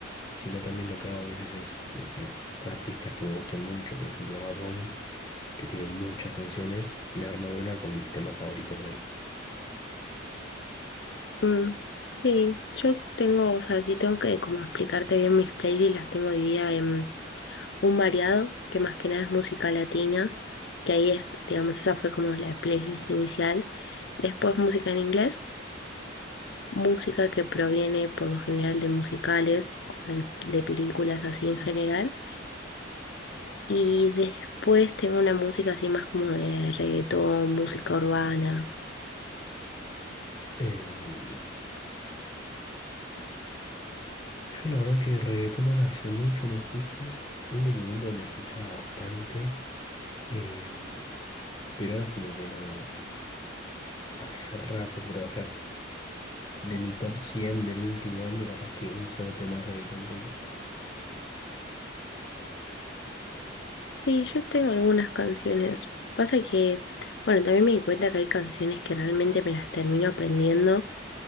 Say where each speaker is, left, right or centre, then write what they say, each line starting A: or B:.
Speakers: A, on the left; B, on the left.
A: sino también lo que hago a veces es, no sé, artistas que me gusten mucho, por ejemplo Bad Bunny, que tiene muchas canciones, me armo una con mis temas favoritos de él.
B: Mm, Sí, yo tengo, o sea, sí tengo que como explicarte bien mis playlists, las tengo divididas en un variado, que más que nada es música latina, que ahí es, digamos, esa fue como la playlist inicial. Después música en inglés, música que proviene por lo general de musicales, o de de películas así en general. Y después tengo una música así más como de reggaetón, música urbana.
A: Em, yo la verdad que reggaetón ahora hace mucho no escucho, hubo un momento donde escuchaba bastante, em, pero ahora es como que no. Hace rato, pero, o sea, de mi top 100 del último año, capaz que un solo tema de reggaetón tengo.
B: Sí, yo tengo algunas canciones. Pasa que, bueno, también me di cuenta que hay canciones que realmente me las termino aprendiendo